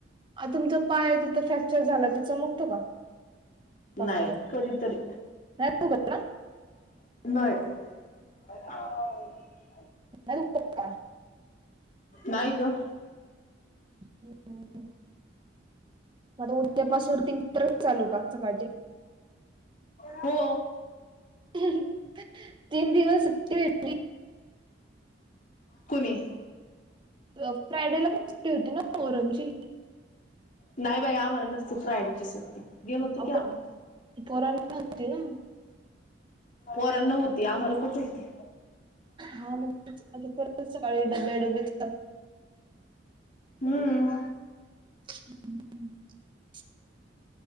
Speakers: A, on the right; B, on the left.
A: तुमचा पाय, तिथं फ्रॅक्चर झाला आता चमकतो का? पावसाळ्यात
B: नाही कधीतरी
A: <unintelligible>
B: नाही.
A: नाही दुखत का
B: नाय ग.
A: <unintelligible> आता उद्यापासून रुटीन परत चालू का सकाळचीं?
B: हो.
A: तीन दिवस सुट्टी भेटली
B: कुनी?
A: अ फ्रायडेला पण सुट्टी हूती ना मोहरमची
B: नाही बाई, आम्हाला नसते फ्रायडेची सुट्टी गेलो होतो
A: आओ
B: की आम्ही
A: पण पोरांना होती ना
B: पोरांना होती आम्हाला कुठं हुती?
A: हा डब्बे डब्बेच
B: हूम्म
A: <unintelligible>